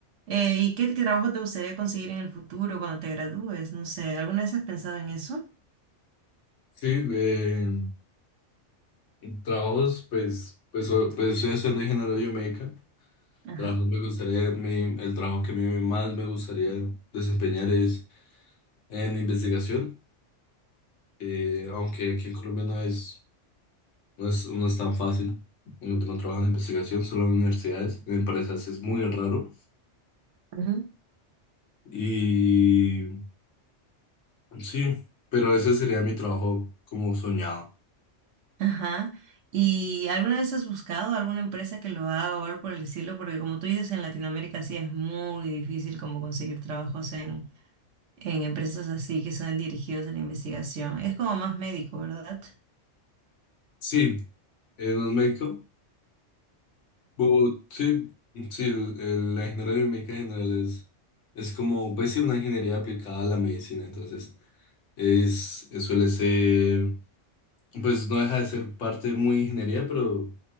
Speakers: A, on the right; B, on the left.
A: Eh, ¿y qué, qué trabajo te gustaría conseguir en el futuro cuando te gradúes? No sé, ¿alguna vez has pensado en eso?
B: Sí, eh, trabajos, pues, pues, o- pues estoy haciendo ingeniería biomédica.
A: Ajá.
B: Trabajos me gustaría, mi- el trabajo que a mí más me gustaría desempeñar es en investigación, eh, aunque aquí en Colombia no es, no es, no es tan fácil encontrar un trabajo en investigación, solo en universidades, en empresas es muy raro.
A: Ujú.
B: Y Sí, pero ese sería mi trabajo como soñado.
A: Ajá. ¿Y alguna vez has buscado alguna empresa que lo haga o algo por el estilo? Porque como tú dices, en Latinoamérica sí es muy difícil como conseguir trabajos en, en empresas así que son dirigidos a la investigación. Es como más médico, ¿verdad?
B: Sí, eh, no es médico, pero sí, sí, el- el- la ingeniería biomédica en general es, es como, pues sí, una ingeniería aplicada a la medicina, entonces es, es- suele ser, pues no deja de ser parte muy ingeniería, pero